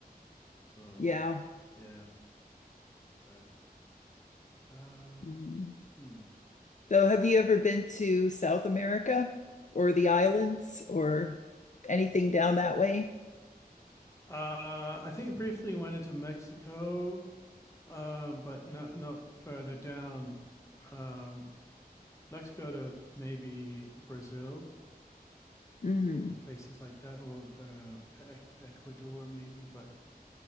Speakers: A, on the left; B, on the left.
A: So
B: Yeah.
A: yeah, but um,
B: Mhm.
A: hmm.
B: So have you ever been to South America or the islands or anything down that way?
A: Uh, I think it briefly went into Mexico, um, but not not further down. Um, I'd like to go to maybe Brazil
B: hmm
A: or places like that, or uh, Ec- Ecuador maybe. But